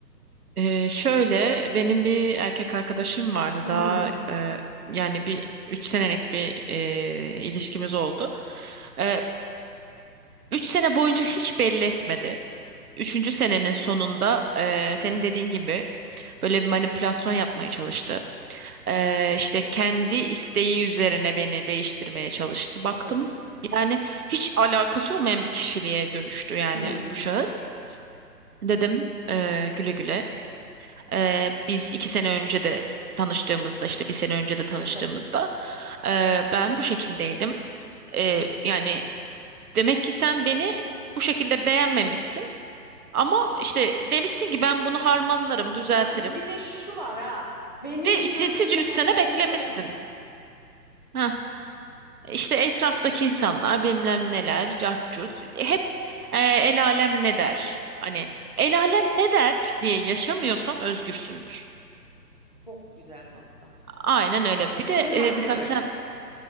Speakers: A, on the right (about 60°); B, on the left (about 30°).
A: Ee, şöyle benim bir erkek arkadaşım vardı
B: Hmm,
A: daha e, yani bir 3 senelik bir e, ilişkimiz oldu. E, 3 sene boyunca hiç belli etmedi. Üçüncü senenin sonunda e, senin dediğin gibi böyle bir manipülasyon yapmaya çalıştı. Ee, işte kendi isteği üzerine beni değiştirmeye çalıştı. Baktım
B: Tabii.
A: yani hiç alakası olmayan bir kişiliğe dönüştü yani
B: Hmm,
A: bu şahıs. Dedim "Ee, güle güle. Ee, biz iki sene önce de tanıştığımızda işte bir sene önce de tanıştığımızda
B: tabii.
A: ee, ben bu şekildeydim. Ee, yani demek ki sen beni bu şekilde beğenmemişsin ama işte demişsin ki ben bunu harmanlarım, düzeltirim
B: Ha, bir de şu var ha. Benim
A: ve sinsice
B: gözümle
A: üç
B: herkes
A: sene beklemişsin.
B: seni göremez.
A: Heh. İşte etraftaki insanlar bilmem neler, cart curt hep e, el alem ne der? Hani el alem ne der diye yaşamıyorsan özgürsündür.
B: Çok güzel nokta.
A: Aynen öyle. Bir de
B: Benim
A: e,
B: annem
A: mesela
B: öyle.
A: sen